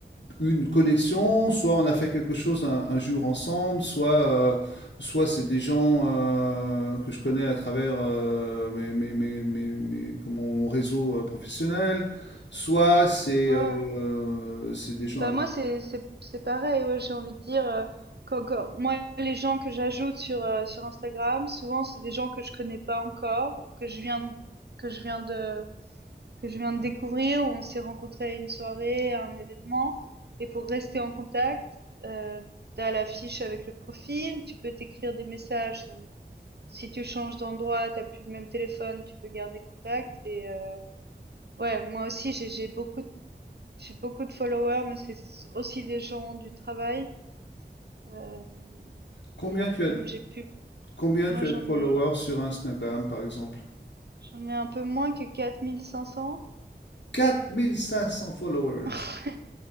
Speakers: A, on the left; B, on the right.
A: une connexion, soit on a fait quelque chose un, un jour ensemble, soit, euh, soit c'est des gens euh, que je connais à travers euh, mes, mes- mes- mes- mes- comment, mon réseau euh, professionnel, soit c'est
B: Ouais.
A: euh, c'est des gens
B: Bah, moi, c'est c'est c'est pareil, ouais, j'ai envie de dire, heu, quand quand moi, les gens que j'ajoute sur, heu, sur Instagram, souvent, c'est des gens que je connais pas encore ou que je viens que je viens de que je viens de découvrir, où on s'est rencontrés à une soirée, à un événement. Et pour rester en contact, euh, tu as la fiche avec le profil, tu peux t'écrire des messages. Donc, si tu changes d'endroit, t'as plus le même téléphone, tu peux garder contact. Et euh, ouais, moi aussi, j'ai j'ai beaucoup, de- j'ai beaucoup de followers, mais c'est aussi des gens du travail. Euh,
A: Combien
B: et
A: tu as,
B: comme j'ai pu,
A: combien
B: moi
A: tu
B: j'en
A: as de followers
B: ai,
A: sur Instagram, par exemple?
B: j'en ai un peu moins que 4500.
A: 4500 followers.
B: <laughs>